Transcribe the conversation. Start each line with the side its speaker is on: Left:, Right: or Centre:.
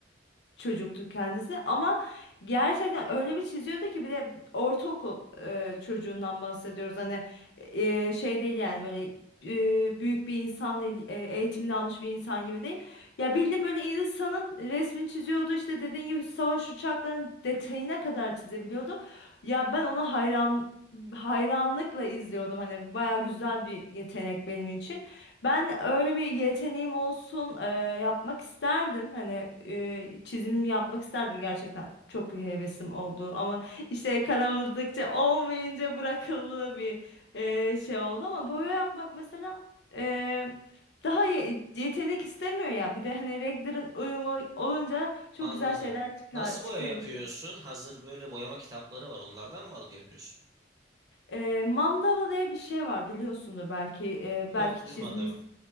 Left: çocuktu kendisi ama gerçekten öyle bir çiziyordu ki bir de ortaokul e, çocuğundan bahsediyoruz hani e, şey değil yani böyle e, büyük bir insan değil e, eğitimini almış bir insan gibi değil ya bildiğim böyle insanın resmini çiziyordu işte dediğin gibi savaş uçaklarının detayına kadar çizebiliyordu ya ben ona hayran hayranlıkla izliyordum hani baya güzel bir yetenek benim için. Ben öyle bir yeteneğim olsun e, yapmak isterdim. Hani e, çizim yapmak isterdim gerçekten. Çok hevesim oldu ama işte karaladıkça olmayınca bırakıldığı bir e, şey oldu ama boya yapmak mesela e, daha ye- yetenek istemiyor ya. Bir de hani renklerin uyumu olunca çok
Right: Anladım.
Left: güzel şeyler çıkar
Right: Nasıl
Left: çıkabiliyor.
Right: boya yapıyorsun? Hazır böyle boyama kitapları var. Onlardan mı alıp yapıyorsun?
Left: E, mandala diye bir şey var biliyorsundur belki e,
Right: Yok
Left: belki
Right: duymadım.
Left: çizmiş